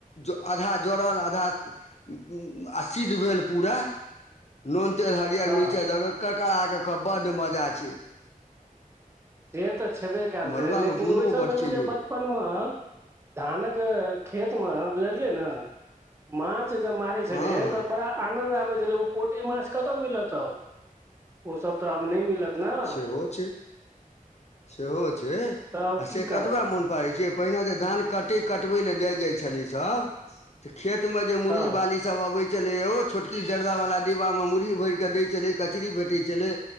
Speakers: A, on the left; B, on the right.
A: ज आधा जड़ल आधा आ सिद्ध भेल पूरा नून तेल हरियर
B: हँ
A: मिरचाइ दऽ कऽ कर खड़ा कऽ खाउ बड्ड मजा छै
B: से तऽ छेबे कयल
A: मड़ुआमे
B: छलै लेकिन
A: गुणो
B: ओहि समय
A: बड छै
B: मे बच
A: यौ
B: बचपन मे धानक खेत मे बुझलियै ने मांछ जब मारै छलियै
A: हँ हँ
B: तऽ बड़ा आनंद आबै छलै उ पोठी माछ कतऽ मिलत अब ओ सब तऽ आब नय मिलत ने
A: सेहो छै सेहो छै
B: तऽ आब
A: आ
B: की
A: से
B: करब
A: ततबा मोन पड़ै छियै पहिने जे धान कटै कटबै लए जाइ जाइ छलै सभ तऽ खेत मे जे मुरही
B: हँ
A: बालि सब सभ अबै छलै यौ छोटकी जर्दा वला डिब्बा मे मुरही भैर कऽ दै छलै कचरी भेटै छलै